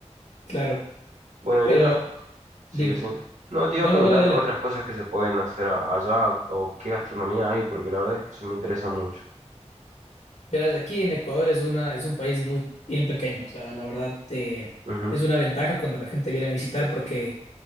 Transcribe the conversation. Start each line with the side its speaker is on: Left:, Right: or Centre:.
Left: claro,
Right: Bueno,
Left: pero
Right: y otras, sí,
Left: dime.
Right: sí. No, te iba
Left: No,
Right: a preguntar
Left: no, dale, dale.
Right: otras cosas que se pueden hacer a- allá o qué gastronomía hay, porque la verdad es que eso me interesa mucho.
Left: Verás, aquí en Ecuador es una, es un país muy bien pequeño, o sea, la verdad eh,
Right: Ujú,
Left: es una ventaja cuando la gente viene a visitar porque